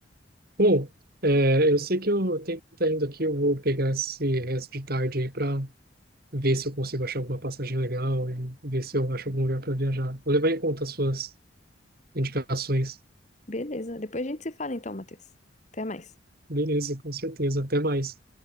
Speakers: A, on the right; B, on the left.
A: Bom, eh, eu sei que eu tenho que estar indo aqui, eu vou pegar esse resto de tarde aí para ver se eu consigo achar alguma passagem legal e ver se eu acho algum lugar para viajar. Vou levar em conta as suas indicações.
B: Beleza, depois a gente se fala então, Matheus. Até mais.
A: Beleza, com certeza. Até mais.